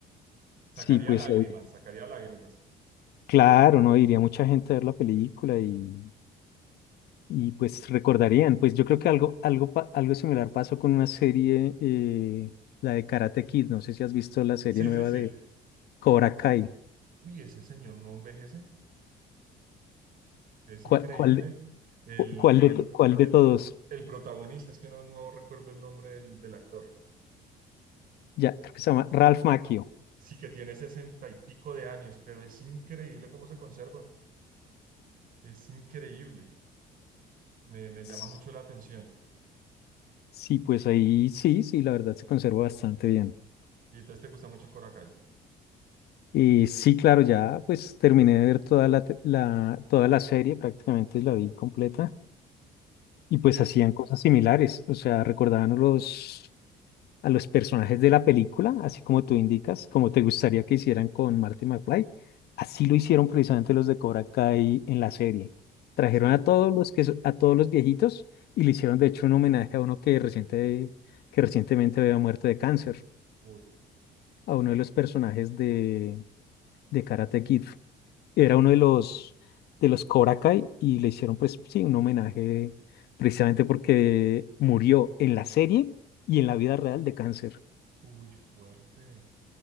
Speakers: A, on the right; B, on the left.
A: Sacaría
B: Sí, pues
A: lágrimas,
B: eh,
A: sacaría lágrimas.
B: claro, no iría mucha gente a ver la película y Y pues recordarían, pues yo creo que algo, algo, pa- algo similar pasó con una serie, eh, la de Karate Kid, no sé si has visto la serie
A: Sí,
B: nueva
A: sí, sí.
B: de Cobra Kai.
A: Uy, ese señor no envejece, es
B: ¿Cuál,
A: increíble.
B: cuál, de-
A: El,
B: cu- cuál
A: pro-
B: de, to- cuál
A: el,
B: de todos?
A: el protagonista, es que no, no recuerdo el nombre del del actor.
B: Ya, creo que se llama Ralph Macchio.
A: sí que tiene sesenta y pico de años, pero es increíble cómo se conserva. Es increíble. Me, me llama
B: S-
A: mucho la atención.
B: Sí, pues ahí sí, sí, la verdad se conserva bastante bien.
A: Y entonces te gusta mucho Korakai.
B: Y sí, claro, ya pues terminé de ver toda la, te- la- toda la serie, prácticamente la vi completa. Y pues
A: Y de-
B: hacían cosas similares, o sea, recordaban los a los personajes de la película, así como tú indicas, como te gustaría que hicieran con Marty McFly. Así lo hicieron precisamente los de Cobra Kai en la serie. Trajeron
A: sí,
B: a todos los que so- a todos los viejitos y le hicieron de hecho un homenaje a uno que reciente, que recientemente había muerto de cáncer,
A: uy,
B: a uno de los personajes de, de Karate Kid. Era uno
A: mm,
B: de los de los Cobra Kai y le hicieron pues sí un homenaje precisamente porque murió en la serie y en la vida real de cáncer.
A: uy, fuerte.